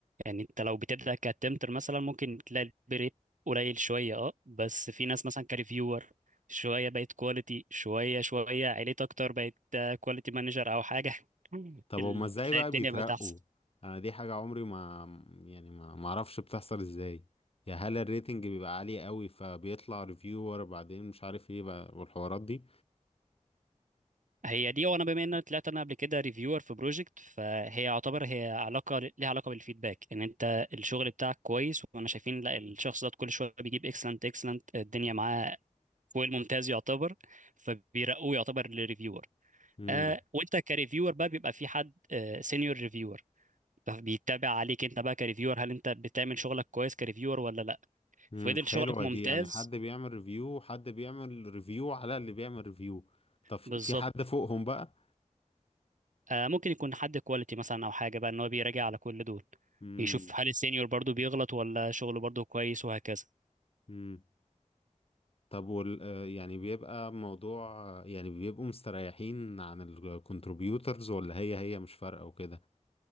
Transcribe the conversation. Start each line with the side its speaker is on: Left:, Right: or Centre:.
Right: يعني انت لو بتبدأ كتمتر مثلا ممكن تلاقي الريت قليل شوية اه بس في ناس مثلا كريفيور شوية بقت كواليتي شوية شوية عليت أكتر بقت كواليتي مانجر أو حاجة <laughs>
Left: طب
Right: ال-
Left: هما ازاي
Right: بتلاقي
Left: بقى
Right: الدنيا
Left: بيترقوا
Right: بقت أحسن
Left: انا دي حاجة عمري ما يعني ما ما اعرفش بتحصل ازاي يا هل الريتنج بيبقى عالي قوي فبيطلع ريفيور بعدين مش عارف ايه بقى والحوارات دي
Right: هي دي وأنا بما إن أنا طلعت أنا قبل كده ريفيور في بروجكت فهي يعتبر هي علاقة ليها علاقة بالفيدباك إن أنت الشغل بتاعك كويس وأنا شايفين لا الشخص ده كل شوية بيجيب اكسلنت اكسلنت الدنيا معاه فوق الممتاز يعتبر فبيرقوه يعتبر للريفيور
Left: امم
Right: آه وانت كريفيور بقى بيبقى في حد آه سينيور ريفيور فبيتابع عليك انت بقى كريفيور هل انت بتعمل شغلك كويس كريفيور ولا لا
Left: امم
Right: فضل
Left: حلوة
Right: شغلك ممتاز
Left: دي يعني حد بيعمل ريفيو وحد بيعمل ريفيو على اللي بيعمل ريفيو طب في
Right: بالظبط
Left: في حد فوقهم بقى
Right: آه ممكن يكون حد كواليتي مثلا او حاجه بقى ان هو بيراجع على كل دول
Left: امم
Right: يشوف هل السينيور برضو بيغلط ولا شغله برضو كويس وهكذا
Left: امم طب وال آه، يعني بيبقى موضوع آه، يعني بيبقوا مستريحين عن الكونتريبيوترز ولا هي هي مش فارقة وكده